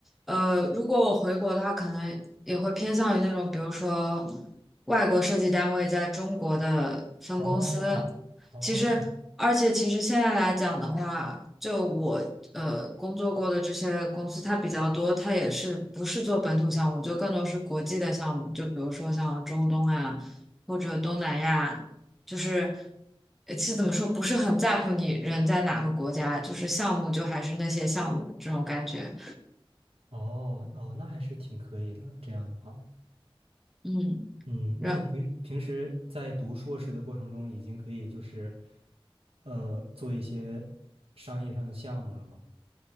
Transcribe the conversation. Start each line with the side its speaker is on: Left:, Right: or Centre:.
Centre: 呃，如果我回国的话，可能也会偏向于那种，比如说外国设计单位在中国的分公司。
Right: 哦，哦，
Centre: 其实，而且其实现在来讲的话，就我呃工作过的这些公司，它比较多，它也是不是做本土项目，就更多是国际的项目，就比如说像中东啊，或者东南亚。就是呃其实怎么说，不是很在乎你人在哪个国家，就是项目就还是那些项目这种感觉。
Right: 哦，哦，那还是挺可以的，这样的话。
Centre: 嗯，
Right: 嗯，
Centre: 然
Right: 那你平平时在读硕士的过程中，已经可以就是，呃，做一些商业上的项目了吗？